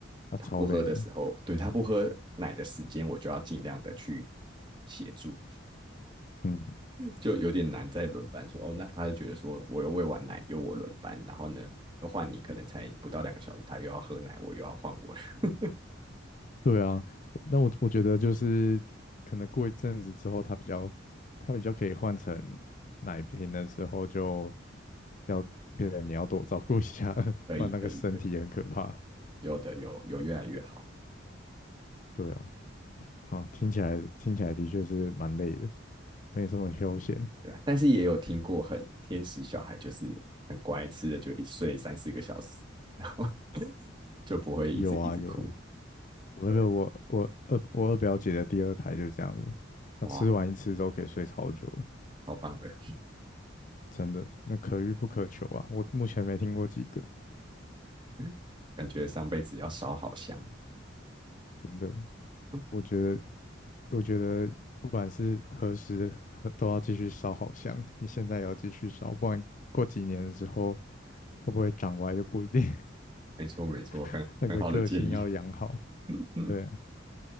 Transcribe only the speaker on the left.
他超累的。
嗯
对啊，那我我觉得就是可能过一阵子之后，它比较它比较可以换成奶瓶的时候，就要变得你要多照顾一下，
<laughs>
不然那个身体也很可怕。
对啊，好，听起来听起来的确是蛮累的，没什么休闲。
有啊有，我那个我我二我二表姐的第二胎就是这样子，
她吃完一次之后可以睡超久了，
真的，那可遇不可求啊。我目前没听过几个，
真的，
我觉得。我觉得不管是何时和都要继续烧好香，你现在也要继续烧，不然过几年之后会不会长歪就不一定。
<laughs> 那个个性要养好。
对啊